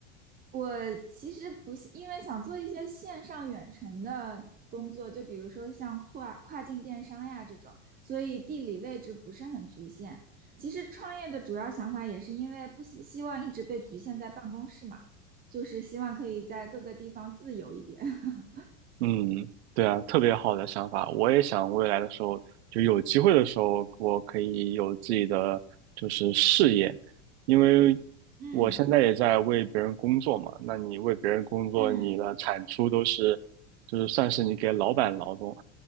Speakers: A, on the right; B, on the right.
A: 我其实不是，因为想做一些线上远程的工作，就比如说像跨跨境电商呀这种，所以地理位置不是很局限。其实创业的主要想法也是因为不希希望一直被局限在办公室嘛，就是希望可以在各个地方自由一点。<laughs>
B: 嗯，对啊，特别好的想法。我也想未来的时候，就有机会的时候，我可以有自己的事业，因为
A: 嗯
B: 我现在也在为别人工作嘛。那你为别人工作，
A: 嗯，
B: 你的产出都是，就是算是你给老板劳动。